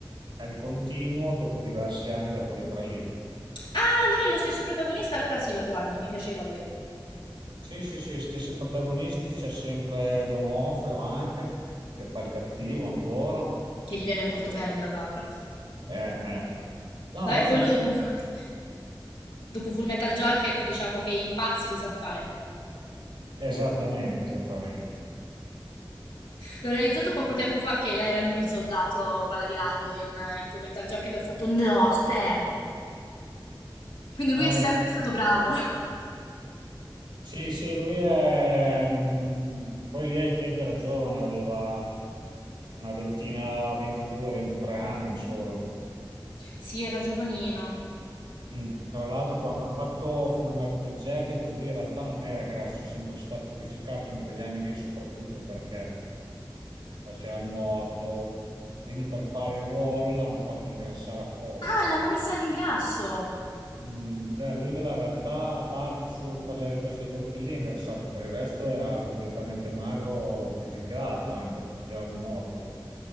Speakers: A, on the right; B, on the left.
A: è il continuo dopo diversi anni da quelle tre lì.
B: Ah, allora è lo stesso protagonista, allora sì, la guardo, mi piaceva lui,
A: Sì, sì, sì, stessi protagonisti, c'è sempre Donofrio anche, che fa il cattivo ancora.
B: che gli viene molto bene, tra l'altro.
A: Eh, eh. No,
B: Vabbè,
A: no,
B: poi
A: ce ne
B: lui dopo,
A: sono.
B: <laughs> dopo Full Metal Jacket, diciamo che i pazzi li sa fare.
A: Esattamente, esattamente.
B: L'ho realizzato poco tempo fa che era lui il soldato Paladilardo in, in Full Metal Jacket, ho fatto no, aspetta. Quindi lui
A: No,
B: è sempre stato bravo. <laughs>
A: Sì, sì, lui è... mh, Poi lì ai tempi era giovane, aveva una ventina, 22, 23 anni solo.
B: Sì, era giovanino.
A: Mm. Tra l'altro, quando hanno fatto Full Metal Jacket, lui in realtà non era grasso, è sempre stato fisicato in quegli anni lì, soprattutto perché faceva nuoto. Quindi per fare il ruolo l'hanno fatto ingrassare apposta.
B: Ah, l'hanno messa all'ingrasso.
A: Mm, beh, lui nella realtà, a parte solo per le riprese di quel film lì, è ingrassato, per il resto era completamente magro, fisicato, anche perché faceva nuoto.